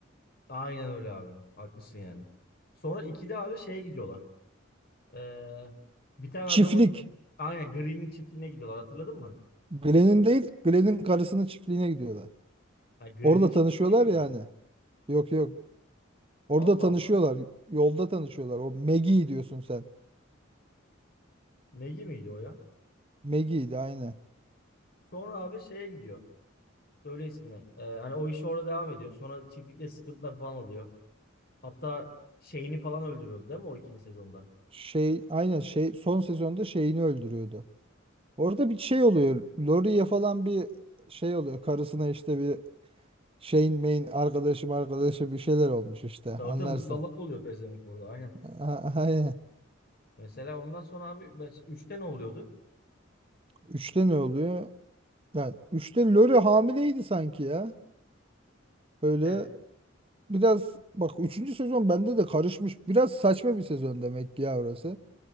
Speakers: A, on the left; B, on the right.
A: Aynen öyle abi. Haklısın yani. Sonra ikide abi şeye gidiyorlar. Ee, bir tane
B: Çiftlik.
A: adamın aynen Green'in çiftliğine gidiyorlar. Hatırladın mı?
B: Glenn'in değil, Glenn'in karısının çiftliğine gidiyorlar.
A: Ha, Green'in
B: Orada
A: çiftliği
B: tanışıyorlar
A: değil miydi
B: yani.
A: o?
B: Yok yok. Orada
A: Allah
B: tanışıyorlar.
A: Allah.
B: Yolda tanışıyorlar. O Maggie diyorsun sen.
A: Maggie miydi o ya?
B: Maggie'ydi aynı.
A: Sonra abi şeye gidiyor. Söyle ismini. Ee, hani o iş orada devam ediyor. Sonra çiftlikte sıkıntılar falan oluyor. Hatta şeyini falan öldürüyordu değil mi o ikinci sezonda?
B: Şey aynen şey son sezonda şeyini öldürüyordu. Orada bir şey oluyor. Laurie'ye falan bir şey oluyor. Karısına işte bir şeyin main arkadaşım arkadaşı bir şeyler olmuş işte.
A: Tabii
B: Anlarsın.
A: tabii musallat oluyor pezevenk orada aynen.
B: A- Aynen.
A: Mesela ondan sonra abi ben, üçte ne oluyordu?
B: Üçte ne oluyor? Yani üçte Lori hamileydi sanki ya. Böyle
A: Evet.
B: biraz bak üçüncü sezon bende de karışmış. Biraz saçma bir sezon demek ki ya orası.